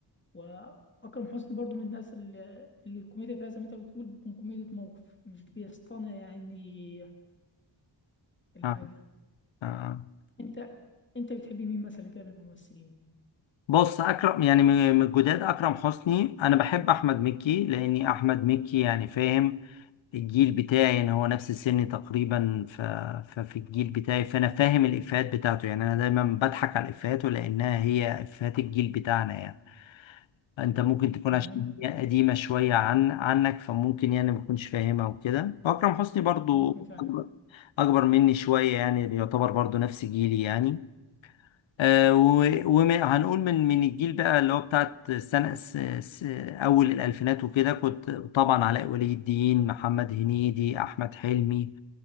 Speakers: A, on the left (about 25°); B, on the left (about 80°).
A: واكرم حسني برضو من الناس اللي اللي الكوميديا فيها زي ما انت بتقول بتكون كوميديا موقف مش بيصطنع يعني الحاجه
B: آه. آه.
A: انت انت بتحبي مين مثلا كده من الممثلين
B: بص اكرم يعني من من الجداد اكرم حسني انا بحب احمد مكي لاني احمد مكي يعني فاهم الجيل بتاعي يعني هو نفس سني تقريبا ف... ففي الجيل بتاعي فانا فاهم الافيهات بتاعته يعني انا دايما بضحك على افيهاته لانها هي افيهات الجيل بتاعنا يعني انت ممكن تكون
A: تمام
B: عشان هي قديمة شوية عن عنك فممكن يعني ما تكونش فاهمها وكده واكرم حسني برضو
A: ممكن فعلا
B: اكبر أكبر مني شوية يعني يعتبر برضو نفس جيلي يعني آه، و- وهنقول من من الجيل بقى اللي هو بتاعت سنة س- س- أول الألفينات وكده كنت طبعا علاء ولي الدين محمد هنيدي أحمد حلمي